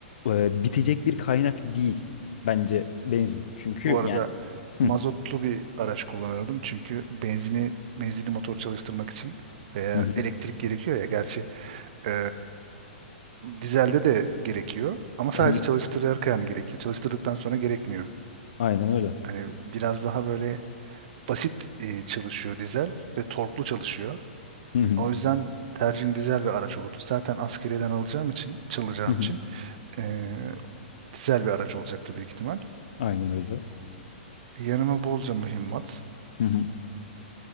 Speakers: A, on the left; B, on the right.
A: e, bitecek bir kaynak değil bence benzin çünkü
B: Bu arada
A: yani
B: mazotlu
A: hı
B: bir araç kullanırdım çünkü benzini benzinli motor çalıştırmak için veya
A: hı hı,
B: elektrik gerekiyor ya gerçi e, dizelde de gerekiyor ama sadece
A: hı
B: çalıştırırken gerekiyor. Çalıştırdıktan sonra gerekmiyor.
A: aynen öyle
B: Hani biraz daha böyle basit e, çalışıyor dizel ve torklu çalışıyor.
A: hı hı
B: O yüzden tercihim dizel bir araç oldu. Zaten askeriyeden alacağım için, çalacağım
A: hı hı.
B: için e, dizel bir araç olacaktı büyük ihtimal.
A: aynen öyle.
B: Yanıma bolca mühimmat.
A: Hı hı.